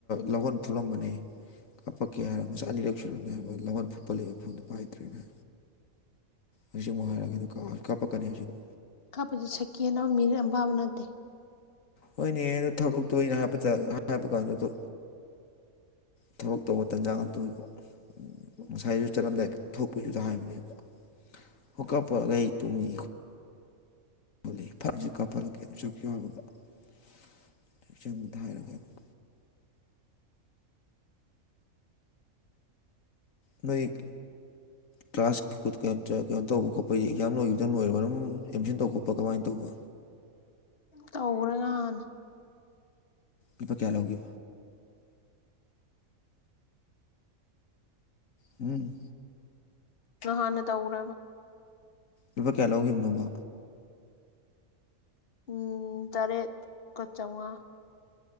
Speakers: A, on the left; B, on the left.
A: ꯂꯧꯍꯣꯟ ꯐꯨꯠꯂꯝꯕꯅꯦ ꯍꯥꯞꯄꯛꯀꯦ ꯍꯥꯏꯔ ꯉꯁꯥꯏ ꯑꯅꯤꯔꯛ ꯁꯨꯔꯕꯅꯦ ꯍꯥꯏꯕ ꯂꯧꯍꯣꯟ ꯐꯨꯛꯄ ꯂꯣꯏꯔ ꯐꯣꯟꯗꯣ ꯄꯥꯏꯗ꯭ꯔꯦꯅꯦ ꯍꯧꯖꯤꯛ ꯑꯃꯨꯛ ꯍꯥꯏꯔꯒꯦ ꯑꯗꯨꯀ ꯀꯥꯞꯄꯛꯀꯅꯤ ꯑꯁꯤꯗ
B: ꯀꯥꯞꯄꯖꯦ ꯁꯦꯛꯀꯦꯟ ꯑꯃ ꯃꯤꯅꯤꯠ ꯑꯃ ꯐꯥꯕ ꯅꯠꯇꯦ
A: ꯍꯣꯏꯅꯦ ꯑꯗꯣ ꯊꯕꯛꯇꯣ ꯑꯩꯅ ꯍꯥꯏꯕꯇ ꯍꯥꯏꯕ ꯀꯥꯟꯗ ꯑꯗꯣ ꯊꯕꯛ ꯇꯧꯕ ꯇꯟꯖꯥ ꯉꯥꯛꯇ ꯑꯣꯏꯕ ꯉꯁꯥꯏꯖꯨ ꯆꯠꯂꯝꯗꯥꯏ ꯊꯣꯛꯄꯩꯗꯨꯗ ꯍꯥꯏꯕꯅꯦꯕ ꯍꯣꯀꯞ ꯄꯔꯩ ꯇꯨꯝꯃꯤ <unintelligible> ꯅꯣꯏ
B: <inaudible>
A: ꯀ꯭ꯂꯥꯁ ꯀꯩꯅꯣ ꯇꯧꯕ ꯈꯣꯠꯄꯩꯗꯤ ꯑꯦꯛꯖꯥꯝ ꯂꯣꯏꯒꯤꯕꯗ ꯑꯗꯨꯝ ꯂꯣꯏꯔꯕ ꯑꯗꯨꯝ ꯑꯦꯠꯃꯤꯁꯟ ꯇꯧ ꯈꯣꯠꯄ ꯀꯃꯥꯏ ꯇꯧꯕ
B: ꯇꯧꯒ꯭ꯔꯦ ꯉꯍꯥꯟꯅ
A: ꯂꯨꯄꯥ ꯀꯌꯥ ꯂꯧꯒꯦ ꯍꯨꯝ
B: ꯉꯍꯥꯟꯅ ꯇꯧꯒ꯭ꯔꯦꯕ
A: ꯂꯨꯄꯥ ꯀꯌꯥ ꯂꯧꯒꯤꯝꯅꯣꯕ
B: ꯎꯝ ꯇꯔꯦꯠꯀ ꯆꯥꯎꯉꯥ